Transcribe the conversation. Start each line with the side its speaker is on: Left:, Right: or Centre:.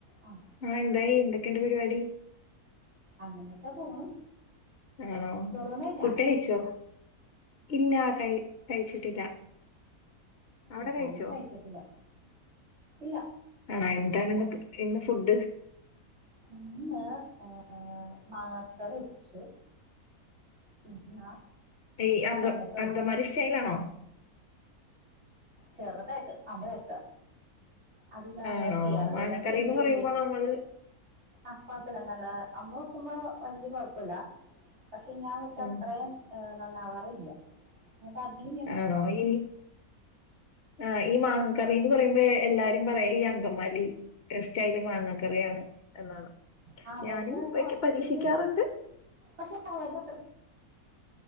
Right: ആം
Left: ആഹ എന്തായി എന്തൊക്കെയുണ്ട് പരിപാടി.
Right: അങ്ങനെയൊക്കെ പോണു
Left: ആണോ
Right: ചോറൂണ് കഴിഞ്ഞാ
Left: ഫുഡ്‌ കഴിച്ചോ ഇല്ല ക കഴിച്ചിട്ടില്ല. അവിടെ
Right: ഞാനും
Left: കഴിച്ചോ?
Right: കഴിച്ചിട്ടില്ല ഇല്ല
Left: ആ എന്താണ് ഇ ഇന്ന് ഫുഡ്?
Right: ഇന്ന് ഏ മാങ്ങക്കറി വെച്ചു. പിന്നെ
Left: ഈ അങ്ക
Right: വെണ്ടക്ക വരട്ടി.
Left: അങ്കമാലി സ്റ്റൈലാണോ
Right: ചെറുതായിട്ട് അമ്മ <unintelligible> അത് ഞാൻ അങ്ങനെ
Left: ആണോ
Right: ചെയ്യാറില്ലേ
Left: മാങ്ങക്കറി
Right: ഞാൻ ചെയ്ത്
Left: എന്ന്
Right: <unintelligible>
Left: പറയുമ്പോ നമ്മള്
Right: ആഹ കൊഴപ്പില്ല നല്ലതാ അമ്മ വെക്കുമ്പോ വല്യ കൊഴപ്പല്ല പക്ഷെ ഞാൻ വെച്ച
Left: ഉം,
Right: അത്രയും ഹ് നന്നാവാറില്ല ആ <unintelligible>
Left: ആണോ ഇ ആ ഈ മാങ്ങക്കറി എന്ന് പറയുമ്പോ എല്ലാരും പറയാ ഈ അങ്കമാലി സ്റ്റൈല് മാങ്ങക്കറിയാണ് എന്നാണ്
Right: ആ അവരുടെ
Left: ഞാനും വെക്ക-
Right: കുറച്ച്
Left: പരീക്ഷിക്കാറുണ്ട്
Right: പക്ഷെ അവരുടെ